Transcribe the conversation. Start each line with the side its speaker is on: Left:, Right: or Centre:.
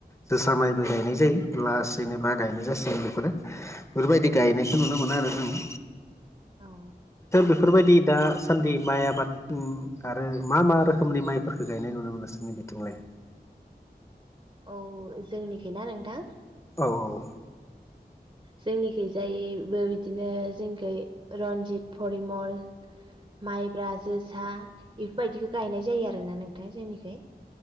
Left: जोसा माइबो गायनाय जायो लासैनोबा गायनाय जासिगोन बेफोरो बेफोरबायदि
Right: औ
Left: गायनायखौ नुनो मोनो आरो जोङो
Right: औ
Left: बेफोरबायदि दासान्दि माइ आबाद आरो मा मा रोखोमनि माइफोरखौ गायनाय नुनो मोनो सार नोंसोरनि थिंलाय
Right: औ जोंनिखै ना नोंथां
Left: औ औ
Right: जोंनिखै जायैबो बिदिनो जोंनिखै रन्जित परिमल माइब्रा जोसा बेफोरबायदिखौ गायनाय जायो आरो ना नोंथां जोंनिखाय